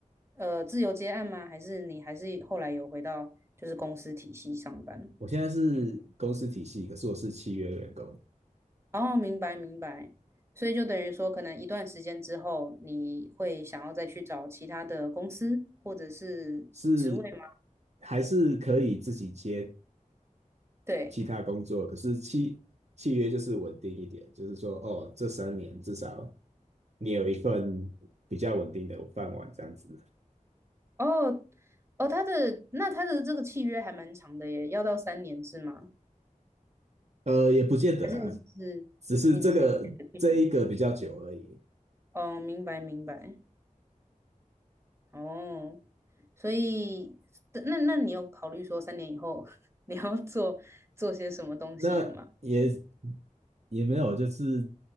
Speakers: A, on the right; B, on the right.
A: 呃自由接案吗？还是你还是后来有回到就是公司体系上班？
B: 我现在是公司体系，可是我是契约员工，
A: 哦，明白明白。所以就等于说，可能一段时间之后，你会想要再去找其他的公司或者是职位吗？
B: 是还是可以自己接
A: 对。
B: 其他工作，可是契契约就是稳定一点，就是说，哦，这三年至少你有一份比较稳定的饭碗这样子。
A: 哦哦，他的那他的这个契约还蛮长的耶，要到三年是吗？
B: 呃，也不见得啊，
A: 还是你只是你只是觉得嗯，
B: 只是这个这一个比较久而已。
A: 哦，明白明白哦，所以那那你有考虑说三年以后 <laughs> 你要做做些什么东西了吗？
B: 那也也没有，就是